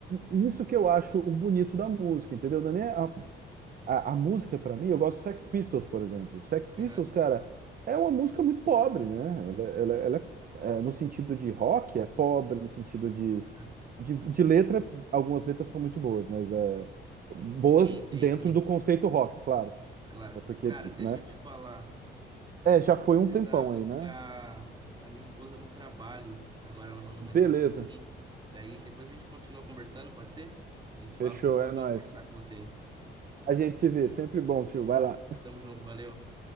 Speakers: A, on the right; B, on the right.
A: Isso que eu acho o bonito da música, entendeu? Não é nem a, A, a música, pra mim, eu gosto de Sex Pistols, por exemplo. Sex Pistols,
B: Aham,
A: cara, é uma música muito pobre, né? Ela, ela, ela é, é, no sentido de rock, é pobre, no sentido de,
B: aham.
A: de, de letra, algumas letras são muito boas, mas é boas
B: Sim, sim,
A: dentro
B: sim.
A: do conceito rock, claro.
B: Claro.
A: É porque,
B: Cara, deixa
A: né?
B: eu te falar.
A: É, já
B: Vou
A: foi um
B: precisar
A: tempão
B: buscar
A: aí, né?
B: a minha esposa no trabalho. Agora ela mandou mensagem
A: Beleza,
B: pra mim. Daí depois a gente continua conversando, pode ser? A gente se fala,
A: fechou,
B: foi
A: é
B: bom
A: nóis.
B: conversar com você. aí.
A: A gente se vê, sempre bom, Fio. Vai lá.
B: Tamo junto, valeu.